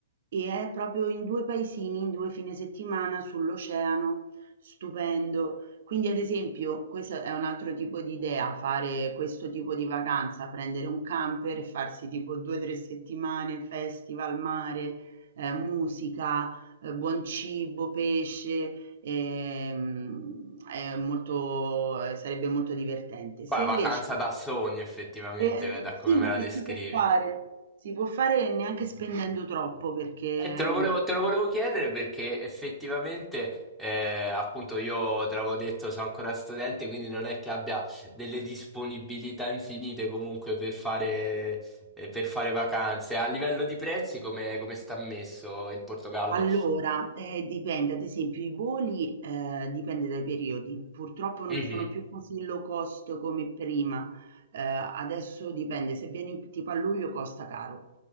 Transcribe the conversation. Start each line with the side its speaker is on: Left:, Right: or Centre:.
Right: e è proprio in due paesini, in due fine settimana sull'oceano, stupendo. Quindi, ad esempio, questo è un altro tipo di idea, fare questo tipo di vacanza, prendere un camper e farsi tipo due o tre settimane, festival, mare, eh, musica, eh, buon cibo, pesce, ehm, è molto, eh, sarebbe molto divertente. Se
Centre: Poi
Right: invece,
Centre: vacanza da sogno, effettivamente,
Right: eh,
Centre: da come
Right: sì,
Centre: me
Right: ma
Centre: la
Right: che
Centre: descrivi.
Right: si può fare? Si può fare neanche spendendo troppo perché...
Centre: Eh,
Right: ehm,
Centre: te lo volevo, te lo volevo chiedere perché effettivamente, eh, appunto, io te l'avevo detto, sono ancora studente, quindi non è che abbia delle disponibilità infinite comunque per fare, eh, per fare vacanze. A livello di prezzi, come, come sta messo il Portogallo?
Right: Allora, ehm, dipende, ad esempio i voli, ehm, dipende dai periodi. Purtroppo non
Centre: Mhm.
Right: sono più così low cost come prima. Ehm, adesso dipende, se vieni tipo a luglio costa caro.